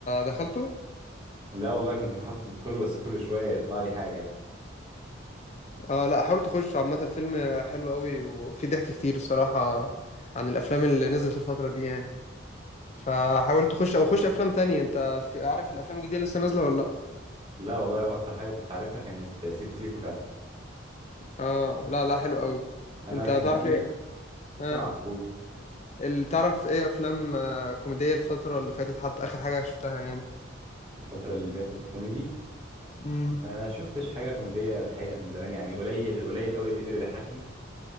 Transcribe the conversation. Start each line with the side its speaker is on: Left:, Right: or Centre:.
Left: دخلته
Right: لا والله كنت مخطط ادخله بس كل شويه يطلع لي حاجه يعني
Left: اه لا حاول تخش عامة فيلم حلو قوي وفي ضحك كتير الصراحة عن الأفلام اللي نزلت الفترة دي يعني فحاول تخش أو خش أفلام تانية أنت في عارف الأفلام الجديدة لسه نازلة ولا لأ؟
Right: لا والله واكتر حاجه كنت عارفها كانت سيكو سيكو فعلا
Left: اه لا لا حلو قوي
Right: انا
Left: أنت
Right: كان
Left: تعرف
Right: في
Left: إيه اه
Right: سامعك قول
Left: ال- تعرف إيه أفلام آه، كوميدية الفترة اللي فاتت حتى آخر حاجة شفتها يعني
Right: الفتره اللي فاتت كوميدي
Left: امم
Right: ما شفتش حاجه كوميديه الحقيقه من زمان يعني قليل قليل قوي اللي قدر يضحكني